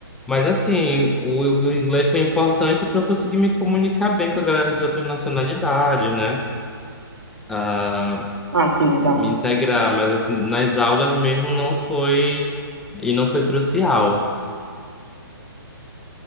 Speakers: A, in the centre; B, on the right.
A: Mas assim, o, o inglês foi importante para eu conseguir me comunicar bem com a galera de outras nacionalidades, né? Ah,
B: Ah, sim, exato.
A: me integrar, mas assim, nas aulas mesmo não foi e não foi crucial.